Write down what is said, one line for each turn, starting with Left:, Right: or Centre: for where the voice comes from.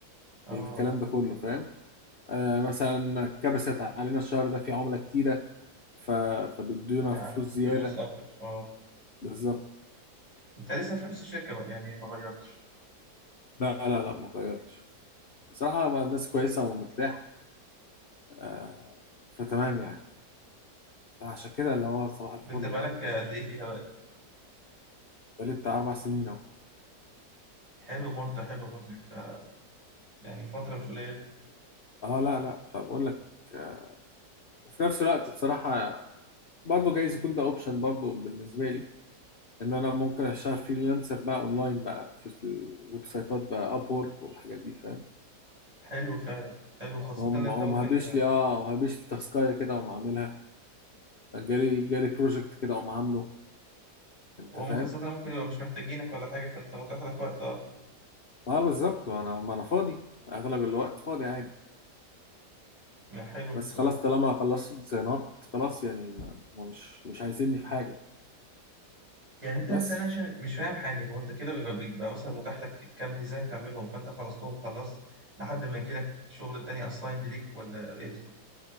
Right: اه
Left: الكلام
Right: اه
Left: ده كله فاهم آه مثلا كبست علينا الشهر ده في عمله كتيره ف... فبيدونا
Right: يعني
Left: فلوس زياده
Right: فلوس اكتر اه
Left: بالظبط
Right: انت لسه في نفس الشركه بقى يعني ما غيرتش
Left: لا لا لا ما غيرش بصراحه ما الناس كويسه ومرتاح آه فتمام يعني فعشان كده اللي هو صباح الفل
Right: انت بقالك
Left: يعني
Right: قد
Left: مش
Right: ايه فيها بقى دي
Left: بقالي بتاع اربع سنين اهو
Right: حلو برضه حلو برضه انت يعني فتره مش قليله
Left: اه لا لا فبقول لك آه، وفي نفس الوقت بصراحة برضه جايز يكون ده اوبشن برضه بالنسبه لي ان انا ممكن اشتغل فريلانسر بقى اونلاين بقى في الويب سايتات بقى اب وورك والحاجات دي فاهم
Right: حلو فعلا حلو خاصه
Left: هم
Right: ان انت
Left: هم
Right: ممكن
Left: هبش لي اه وهبش لي تاسكايه كده وما عاملها جالي جالي بروجكت كده وما عامله انت
Right: وهم
Left: فاهم
Right: خاصه ممكن يبقى مش محتاجينك ولا حاجه فانت متاح لك وقت اه
Left: اه بالظبط ما انا ما انا فاضي اغلب الوقت فاضي عادي
Right: يعني حلو بصراحه
Left: بس خلاص طالما خلصت ديزاينات خلاص يعني ما هم مش مش عايزيني في حاجه
Right: يعني انت
Left: بس
Right: لسه أنا عشان مش فاهم حاجه هو انت كده بيبقى بيبقى مثلا متاح لك كام ديزاين تعملهم فانت خلصتهم خلاص لحد ما يجي لك شغل تاني اسايند ليك ولا ايه بالظبط